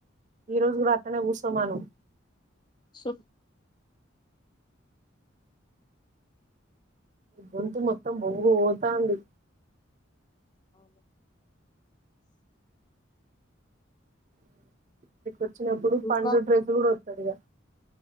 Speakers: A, on the right; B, on the left.
A: ఈ రోజు కూడా అతనే కూస్తోమాను
B: సో
A: గొంతు మొత్తం బంగు పోతోంది
B: అవును
A: <inaudible> వచ్చినప్పుడు
B: ఇంకా
A: పండు డ్రెస్ కూడా సరిగా